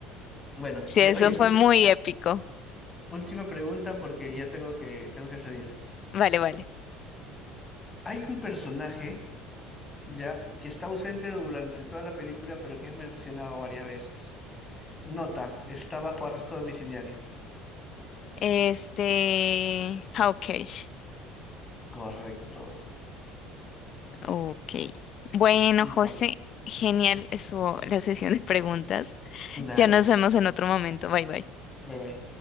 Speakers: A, on the left; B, on the left.
A: bueno,
B: sí,
A: ya,
B: eso
A: oye,
B: fue
A: última,
B: muy épico.
A: última pregunta porque ya tengo que, tengo que salir.
B: Vale, vale.
A: Hay un personaje ya que está ausente durante toda la película, pero que es mencionado varias veces. Nota, está bajo arresto domiciliario.
B: Este, Hawkeye.
A: Correcto.
B: Ok. Ok. Bueno,
A: Listo.
B: José, genial estuvo la sesión de preguntas.
A: Dale.
B: Ya nos vemos en otro momento. Bye, bye.
A: Bye bye.